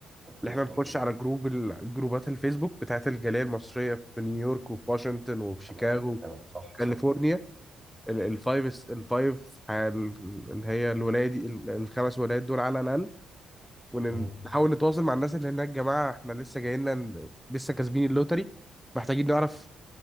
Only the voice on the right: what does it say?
حد
في
امريكا
تمام
تمام صح
صح
مم.